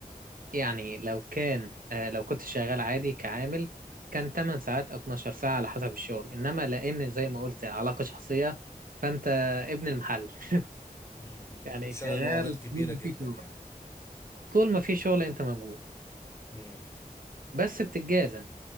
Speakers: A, on the right; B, on the left.
A: يعني لو كان آه لو كنت شغال عادي كعامل كان 8 ساعات او 12 ساعه على حسب الشغل انما لان زي ما قلت علاقه شخصيه فانت ابن المحل <laughs>
B: امم
A: يعني
B: كنت شغال
A: شغال
B: اوقات كبيره
A: طول ما
B: جدا
A: في شغل
B: يعني
A: طول ما في شغل انت موجود
B: امم
A: بس بتتجازى